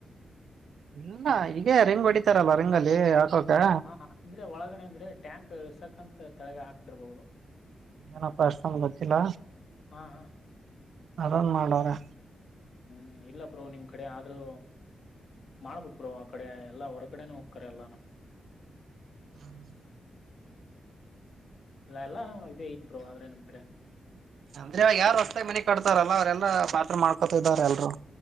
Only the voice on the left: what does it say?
ಹ ಅಂದ್ರೆ ಒಳಗಡೆ ಅಂದ್ರೆ ಟ್ಯಾಂಕ್ ಇಸಕಂತ ತಳಗ ಹಾಕ್ತಿರ್ಬಹುದು
ಹಾ ಹಾ
ಹ್ಮ್ ಇಲ್ಲ ಬ್ರೋ ನಿಮ್ ಕಡೆ ಆದ್ರೂ. ಮಾಡ್ಬೇಕ್ ಬ್ರೋ ಆ ಕಡೆ ಎಲ್ಲ ಹೋರಾಡಗೆ ಹೋಕರೇ ಎಲ್ಲಾರು.
ಇಲ್ಲ ಎಲ್ಲಾ ನೆ ಇದ ಐತ್ ಬ್ರೋ ಆದ್ರೆ ನಿಮ್ ಕಡೆ.